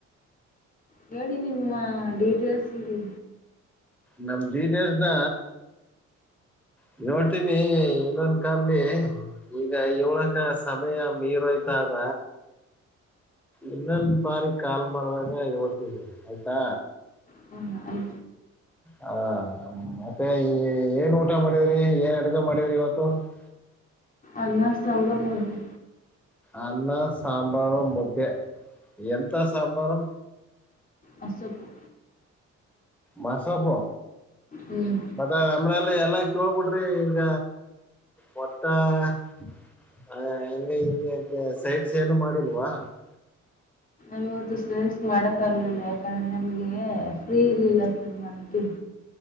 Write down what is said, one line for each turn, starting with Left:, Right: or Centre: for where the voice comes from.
Left: ಹೇಳಿ ನಿಮ್ಮ ಡೀಟೇಲ್ಸ್ ಇ
Centre: ನಮ್ ಡೀಟೇಲ್ಸನ <unintelligible> ಈಗ ಏಳ್ಕ ಸಮಯ ಮೀರೋಯ್ತಾದ. ಇನ್ನೊಂದ ಬಾರಿ ಕಾಲ್ ಮಾಡಿದಾಗ ಹೇಳ್ತೀನಿ ಆಯ್ತಾ
Left: ಹ ಅ <inaudible>
Centre: ಹ ಮತ್ತೆ ಏನ್ ಊಟ ಮಾಡವ್ರಿ ಏನ್ ಅಡ್ಗ ಮಾಡವ್ರಿ ಇವತ್ತು <unintelligible>
Left: ಅನ್ನ ಸಾಂಬಾರ್ ಮುದ್ದೆ
Centre: ಅನ್ನ ಸಾಂಬಾರು ಮುದ್ದೆ ಎಂತ ಸಾಂಬಾರು
Left: ಮಸ್ಸೊಪ್ಪು
Centre: ಮಸ್ಸೊಪ್ಪು
Left: ಹ್ಮ್ <unintelligible>
Centre: ಮತ್ತ ಆಮೇಲೆ ಎಲ್ಲ ಕೇಳ್ಬಿಡ್ರಿ ಈಗ ಹೊಟ್ಟ <unintelligible> ಹ ಹಂಗಗೆ ಹಿಂಗೆ ಸೈಡ್ ಸ ಏನು ಮಾಡಿಲ್ವಾ <unintelligible>
Left: ಇವತ್ತು ಸ್ಸ್ ಮಾಡಕ್ಕಾಗಲಿಲ್ಲ ಯಾಕಂದ್ರೆ ನಮಗೆ ಫ್ರೀ ಇರ್ಲಿಲ್ಲ ಸರ್ ಮಾಡ್ತೀವಿ <unintelligible>